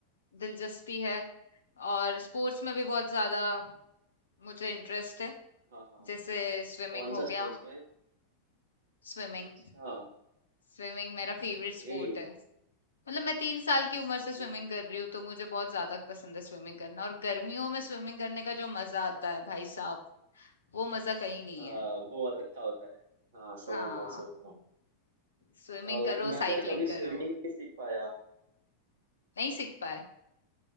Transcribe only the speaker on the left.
दिलचस्पी है और स्पोर्ट्स में भी बहुत ज़्यादा मुझे इंटरेस्ट है।
जैसे स्विमिंग
हो
गया,
स्विमिंग।
स्विमिंग मेरा फेवरेट स्पोर्ट
है। मतलब मैं 3 साल की उम्र
से स्विमिंग
कर रही हूँ तो मुझे बहुत ज़्यादा पसंद है स्विमिंग करना और गर्मियों में स्विमिंग करने का जो मज़ा आता है भाई साहब, वो मज़ा कहीं नहीं
है।
हाँ,
स्विमिंग
करो,
साइकिलिंग
करो।
नहीं सीख पाए।